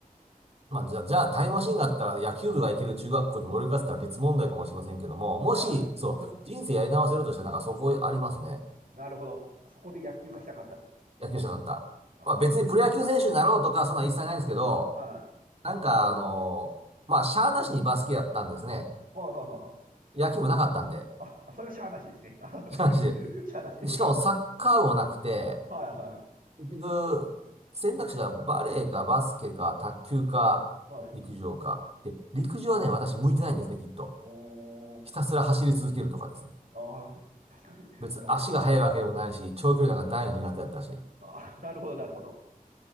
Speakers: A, on the right; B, on the right.
A: まあ、じゃあ、じゃあタイムマシーンがあったら野球部が行ける中学校に乗り換えてたら別問題かもしれませんけども、もし、
B: はいはい
A: そう、人生やり直せるとしたらなんかそこありますね。
B: なるほど。そこで野球がしたかったと。
A: 野球者だった。
B: あ
A: まあ別にプロ野球選手になろうとか、そんなん一切ないんですけど、
B: あ、はい。
A: なんかあのーまあしゃーなしにバスケやったんですね。
B: はいはいはいはい。
A: 野球部なかったんで。
B: あ、あそれはしゃあなしですね。<laughs>
A: しゃーなしで。
B: しゃあなし。
A: でしかもサッカー部もなくて、
B: はい
A: 結局、選択肢がバレーかバスケか卓球か陸上か。
B: はい。はい。
A: で、陸上はね、私向いてないんですね、きっと。
B: おー。
A: ひたすら走り続けるとかですね。
B: ああ、確かに。
A: 別に足が速いわけでもないし、
B: あの、
A: 長距離なんか大の苦手だったし。
B: あーなるほど、なるほど。